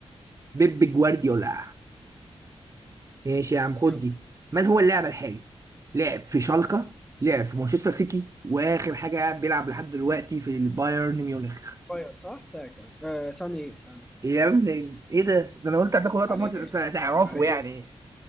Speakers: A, on the right (about 30°); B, in the centre.
A: بيب بيب جوارديولا ماشي يا عم خد
B: يلا
A: دي من هو اللاعب الحالي؟ لعب في شالكة لعب في مانشستر سيتي واخر حاجة بيلعب لحد دلوقتي في البايرن ميونخ
B: باير صح ساكا آه ساني ايه ساني
A: يا ابني ايه ده؟ ده انا قلت هتاخد وقت
B: عليه
A: عمال تت- تعرفه
B: عليه
A: يعني